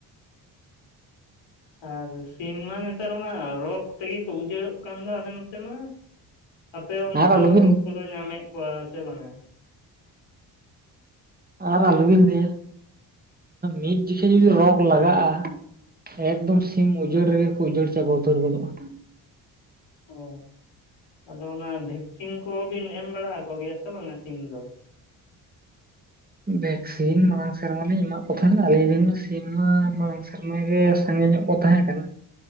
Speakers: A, on the left; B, on the right.
A: ᱟᱨ ᱥᱤᱢ ᱢᱟ ᱱᱮᱛᱟᱨ ᱚᱱᱟ ᱨᱳᱜᱽ ᱛᱮᱜᱮ ᱠᱚ ᱩᱡᱟᱹᱲᱚᱜ ᱠᱟᱱ ᱫᱚ ᱟᱞᱮ ᱱᱚᱛᱮ ᱢᱟ᱾ ᱟᱯᱮ ᱚᱱᱛᱮ
B: ᱟᱨ
A: ᱫᱚ
B: ᱟᱞᱚᱵᱤᱱ
A: ᱨᱳᱜ ᱠᱚᱫᱚ ᱧᱟᱢᱮᱫ ᱠᱚᱣᱟ ᱥᱮ ᱵᱟᱝᱟ?
B: ᱟᱨ ᱟᱞᱚ ᱵᱤᱱ ᱞᱟᱹᱭᱟ ᱢᱤᱫ ᱡᱚᱠᱷᱮᱡ ᱡᱩᱫᱤ ᱨᱳᱜᱽ ᱞᱟᱜᱟᱜᱼᱟ ᱮᱠᱫᱚᱢ ᱥᱤᱢ ᱩᱡᱟᱹᱲ ᱨᱮᱜᱮ ᱠᱚ ᱩᱡᱟᱹᱲ ᱪᱟᱵᱟ ᱩᱛᱟᱹᱨ ᱜᱚᱫᱚᱜᱼᱟ᱾
A: ᱚ ᱟᱫᱚ ᱚᱱᱟ ᱵᱷᱮᱠᱥᱤᱱ ᱠᱚᱵᱤᱱ ᱮᱢ ᱵᱟᱲᱟ ᱟᱠᱚ ᱜᱮᱭᱟ ᱥᱮ ᱵᱟᱝᱟ ᱥᱤᱢ ᱫᱚ?
B: ᱵᱷᱮᱠᱥᱤᱱ ᱢᱟᱲᱟᱝ ᱥᱮᱨᱢᱟ ᱟᱞᱤᱧ ᱮᱢᱟᱜ ᱠᱚ ᱛᱟᱭᱮᱱᱟ ᱟᱹᱧᱤᱱ ᱨᱮᱱᱢᱟ ᱥᱤᱢ ᱢᱟ ᱢᱟᱲᱟᱝ ᱥᱮ ᱥᱮᱨᱢᱟ ᱜᱮ ᱥᱟᱸᱜᱤᱧ ᱧᱚᱜ ᱠᱚ ᱛᱟᱦᱮᱸ ᱠᱟᱱᱟ᱾